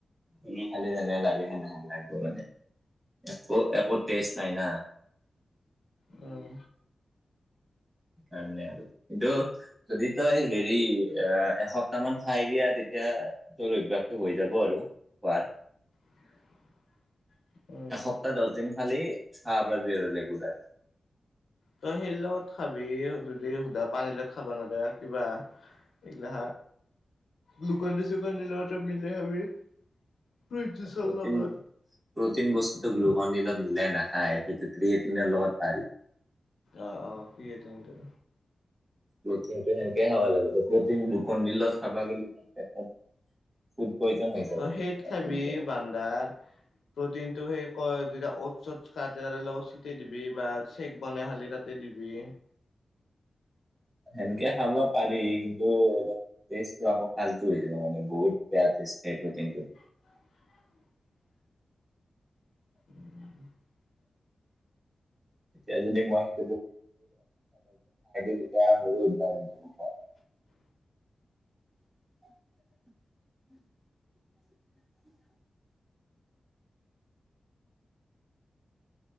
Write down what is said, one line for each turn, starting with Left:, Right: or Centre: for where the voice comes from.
Right: গিলি খালি যেনে লাগে সেনেহেন লাগিব মানে। একো-একো টেষ্ট নাই না।
Left: উম।
Right: সেইকাৰণে আৰু, কিন্তু যদি তই হেৰি এ-এসপ্তাহ মান খাই দিয়া তেতিয়া এতিয়া তোৰ অভ্যাসটো হৈ যাব আৰু খোৱাৰ।
Left: <inaudible> উম
Right: এসপ্তাহ
Left: উম
Right: দহ দিন খালেই খাবা পাৰবি আৰু ৰেগুলাৰ।
Left: তই সেই লগত খাবি যদি সুধা পানী লগত খাবা নৰা কিবা এইগিলা গুলকনদি চুকনদি লগতো মিলাই খাবি। ফ্ৰুইট জুচৰ
Right: প্ৰটিন
Left: লগত
Right: প্ৰটিন বস্তুটো গুল <unintelligible> মিলাই নাখায় সেইটো ক্ৰিয়েটিনৰ লগত পাৰি।
Left: অ', অ', ক্ৰিয়েটিনটো।
Right: প্ৰটিনটো সেনেকে খাব লাগে, প্ৰটিন গুলকিন দি লগত খাবা গেলি পেটত ফুড পয়জন হৈ যাব
Left: তই সেইত
Right: লাষ্টত
Left: খাবি
Right: যায়
Left: বান্দাৰ প্ৰটিনটো সেই কয় <unintelligible> ওটছ তটচ খা তাৰে লগত চিটাই দিবি বা চেক বনাই খালি তাতে দিবি।
Right: সেনেকে খাবা পাৰি কিন্তু অলপ টেষ্ট আকৌ ফাল্টু হৈ যাব মানে বহুত বেয়া <unintelligible> সেই প্ৰটিনটোৰ।
Left: <inaudible> উম।
Right: তেতিয়া যদি মই সেই তেতিয়া <unintelligible>
Left: <unintelligible>
Right: <inaudible>